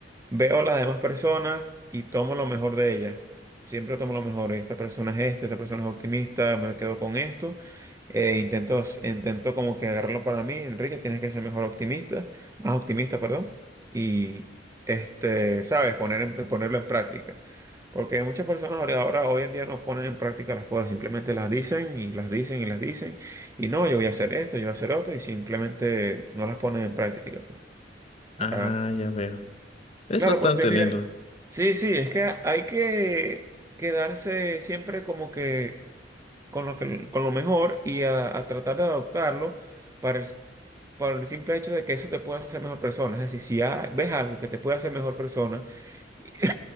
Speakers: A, on the right; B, on the left.
A: Veo a las demás personas y tomo lo mejor de ellas. Siempre tomo lo mejor. Esta persona es esta, esta persona es optimista, me quedo con esto. Eh, intento, intento como que agarrarlo para mí. Enrique, tienes que ser mejor optimista, más optimista, perdón. Y, este, sabes, poner, en- ponerlo en práctica. Porque muchas personas ahora, ahora, hoy en día, no ponen en práctica las cosas, simplemente las dicen y las dicen y las dicen. Y no, yo voy a hacer esto, yo voy a hacer otro, y simplemente no las ponen en práctica. pues, para
B: Ah, ya veo. Es
A: Claro,
B: bastante
A: porque mira,
B: lindo.
A: sí, sí, es que hay que quedarse siempre como que con lo que, con lo mejor y a, a tratar de adoptarlo para el, para el simple hecho de que eso te pueda hacer mejor persona. Es decir, si ha- ves algo que te puede hacer mejor persona y,